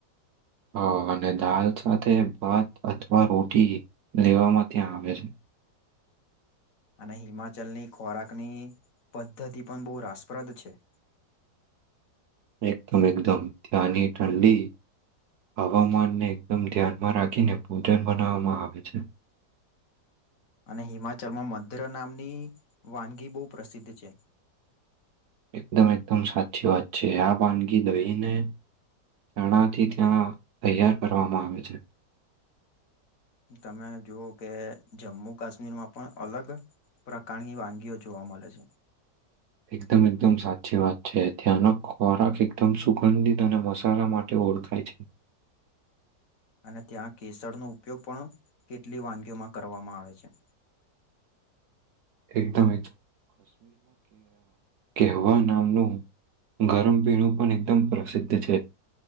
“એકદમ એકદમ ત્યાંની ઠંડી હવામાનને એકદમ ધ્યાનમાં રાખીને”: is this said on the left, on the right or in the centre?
Right